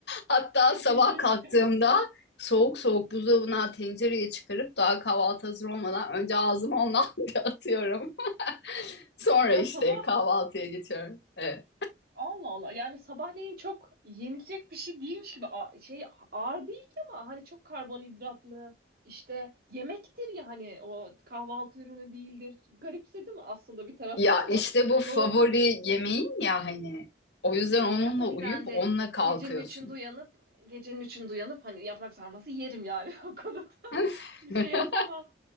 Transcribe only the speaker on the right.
Çok
ilginç.
Ya
sabah
Allah Allah yani sabahleyin çok yenilecek bir şey değilmiş gibi A- şey ağır değil ama hani çok karbonhidratlı işte yemektir ya hani o kahvaltı ürünü değildir. Garipsedim aslında bir taraftan
ama
do
Ya tabii
ben
de
gecenin üçünde uyanıp gecenin üçünde uyanıp hani yaprak sarması yerim yani <laughs> o konuda
bir şey yapamam.